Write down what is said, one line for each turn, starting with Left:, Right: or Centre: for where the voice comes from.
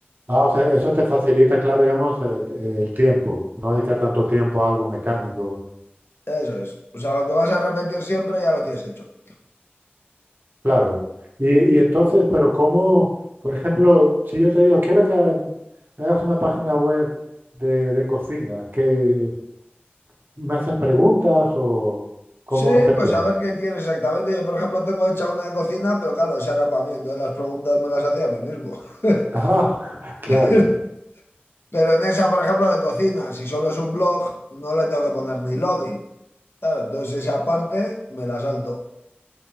Right: Ah, o sea, eso te facilita, claro, digamos, eh, eh, el tiempo, no dedicar tanto tiempo a algo mecánico.
Left: Eso es. O sea, lo que vas a repetir siempre ya lo tienes hecho.
Right: Claro. Y, y entonces, pero cómo, por ejemplo, si yo te digo, quiero que me hagas una página web de, de cocina, que me haces preguntas o cómo
Left: Sí,
Right: es el
Left: pues
Right: tema.
Left: a ver qué quieres exactamente. Yo, por ejemplo, tengo hecha una de cocina, pero claro, esa era para mí, entonces las preguntas me las hacía a mí mismo. <laughs>
Right: Ah, <laughs> claro,
Left: <laughs> Pero en esa, por ejemplo, de cocina, si solo es un blog, no le tengo que poner ni login. Claro, entonces esa parte me la salto.